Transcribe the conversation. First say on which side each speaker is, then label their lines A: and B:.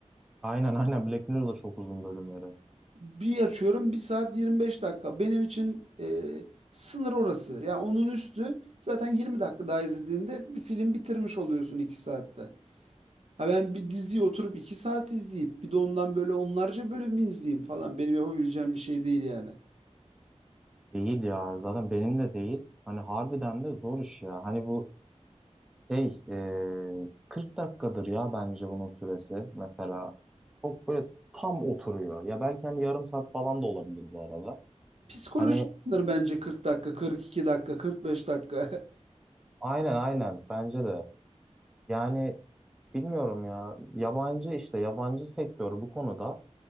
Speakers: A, in the centre; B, on the right.
A: Aynen aynen Black Mirror'da çok uzun bölümleri.
B: Bir açıyorum bir saat 25 dakika. Benim için e, sınır orası. Ya onun üstü zaten 20 dakika daha izlediğinde bir film bitirmiş oluyorsun 2 saatte. Ha ben bir diziyi oturup 2 saat izleyip bir de ondan böyle onlarca bölüm izleyeyim falan benim yapabileceğim bir şey değil yani.
A: Değil ya zaten benim de değil. Hani harbiden de zor iş ya. Hani bu şey e, 40 dakikadır ya bence bunun süresi. Mesela çok böyle tam oturuyor. Ya belki hani yarım saat falan da olabilir bu arada.
B: Psikolojik
A: Hani
B: sınır bence 40 dakika, 42 dakika, 45 dakika. <laughs>
A: aynen aynen bence de. Yani bilmiyorum ya. Yabancı işte yabancı sektör bu konuda